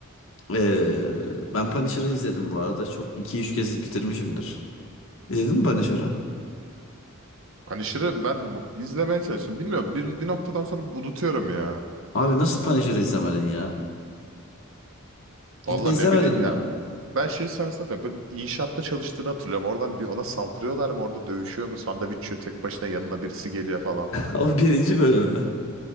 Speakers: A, on the left (about 60°); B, on the right (about 65°).
A: Ee, ben Punisher'ı izledim bu arada. Çok iki üç kez bitirmişimdir. İzledin mi Punisher'ı?
B: Punisher'ı ben mu- izlemeye çalıştım. Bilmiyorum bir, bir noktadan sonra unutuyorum ya.
A: Abi nasıl Punisher'ı izlemedin ya? Cidden
B: Vallahi
A: izlemedin
B: ne bileyim
A: mi?
B: ya.
A: <laughs>
B: Ben şey sahnesini hatırlıyorum. Böyle inşaatta çalıştığını hatırlıyorum. Oradan bir ona saldırıyorlar mı? Orada dövüşüyor mu? Sandviç yiyor. Tek başına yanına birisi geliyor falan.
A: O birinci bölümü.